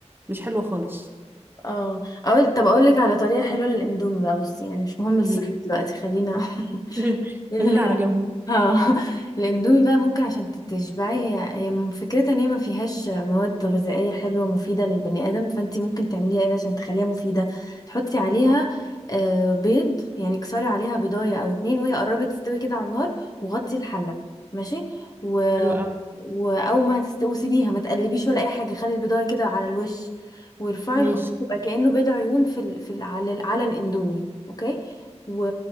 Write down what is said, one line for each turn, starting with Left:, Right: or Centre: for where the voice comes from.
Right: مش حلوه خالص
Left: اه أقول طب أقولك على طريقة حلوة للأندومي بقى بصي يعني مش مهم الصحة
Right: جدا
Left: دلوقتي خلينا <laughs>
Right: <laughs>
Left: لا
Right: خلينا على جنب
Left: اه <laughs> الاندومي بقى ممكن عشان تشبعي هي هي فكرتها ان هي ما فيهاش مواد غذائيه حلوه مفيده للبني ادم فانت ممكن تعمليها ايه بقى عشان تخليها مفيده تحطي عليها آه، بيض يعني كسري عليها بيضايه او اتنين وهي قربت تستوي كده على النار وغطي الحله ماشي و...
Right: حلو قوي
Left: و... او ما هتستوي وسيبيها ما تقلبيش ولا اي حاجه خلي البيضايه كده على الوش وارفعي
Right: ماشي
Left: الغطا تبقى كانه بيض عيون في ال... في ال... على ال... على الاندومي اوكي و...